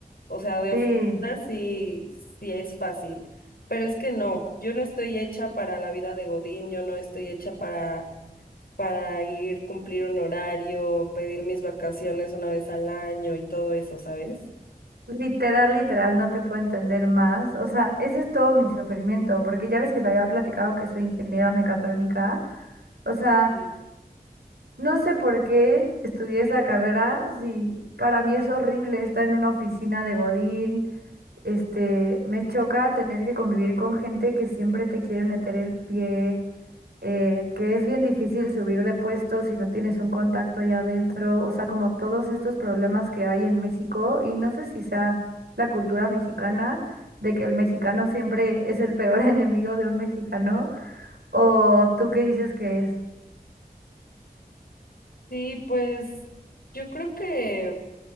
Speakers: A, on the left; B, on the right.
A: O sea, de
B: Sí,
A: oficina sí, sí es fácil, pero es que no, yo no estoy hecha para la vida de Godín, yo no estoy hecha para, para ir, cumplir un horario, pedir mis vacaciones una vez al año y todo eso, ¿sabes?
B: literal, literal, no te puedo entender más. O sea, ese es todo mi sufrimiento, porque ya ves que te había platicado que soy ingeniera mecatrónica. O sea,
A: Sí.
B: no sé por qué estudié esa carrera, si para mí es horrible estar en una oficina de Godín. Este, me choca tener que convivir con gente que siempre te quiere meter el pie. eh, que es bien difícil subir de puesto si no tienes un contacto allá adentro, o sea, como todos estos problemas que hay en México, y no sé si sea la cultura mexicana, de que el mexicano siempre es el peor <laughs> enemigo de un mexicano, o tú qué dices que es.
A: Sí, pues yo creo que,